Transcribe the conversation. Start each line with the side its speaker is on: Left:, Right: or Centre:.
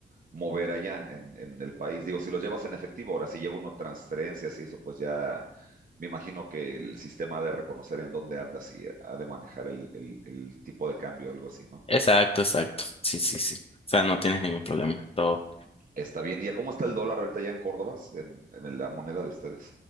Right: mover allá en, en el país. Digo, si los llevas en efectivo, ahora si lleva uno transferencias y eso, pues ya me imagino que el sistema ha de reconocer en dónde andas y ha de manejar el, el- el tipo de cambio, algo así, ¿no?
Left: Exacto, exacto. Sí, sí, sí. O sea, no tienes ningún problema. Todo
Right: Está bien. ¿Y a cómo está el dólar ahorita ya en Córdoba, en, en la moneda de ustedes?